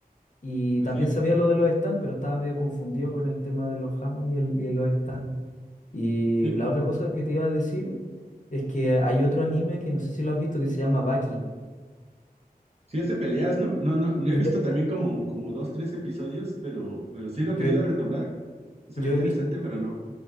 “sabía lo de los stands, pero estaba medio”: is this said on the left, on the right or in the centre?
Left